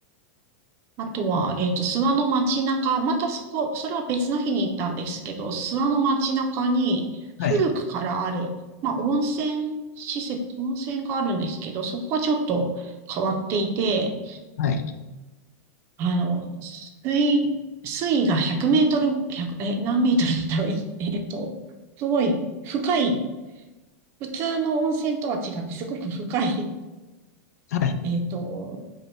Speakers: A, on the right (about 30°); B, on the left (about 80°).
A: ああとは、えっと、諏訪の街中、またそこ、それは別の日に行ったんですけど、諏訪の街中に古くからある、
B: はい、
A: まあ、温泉施設、温泉があるんですけど、そこがちょっと変わっていて、
B: はい、
A: あの、水、水位が100メートル、1え、何メートルだろう、<laughs> いえっと、すごい深い、普通の温泉とは違って、すごく深い、
B: はい。
A: えっと、